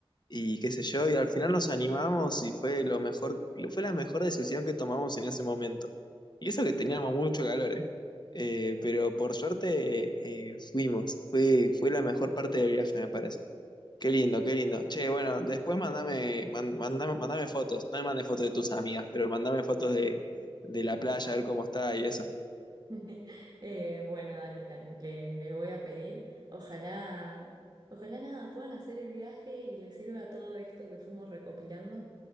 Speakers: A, on the left; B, on the right.
A: y qué sé yo, y al final nos animamos y fue lo mejor, fue la mejor decisión que tomamos en ese momento. Y eso que teníamos mucho calor, ¿eh? Eh, pero por suerte eh, fuimos, fue, fue la mejor parte del viaje, me parece. Qué lindo, qué lindo. Che, bueno, después mandame, man- mandame, mandame fotos, no me mandes fotos de tus amigas, pero mandame fotos de, de la playa, a ver cómo está y eso.
B: <laughs> Eh, bueno, dale, dale, le, le voy a pedir. Ojalá, ojalá nada, puedan hacer el viaje y les sirva todo esto que fuimos recopilando.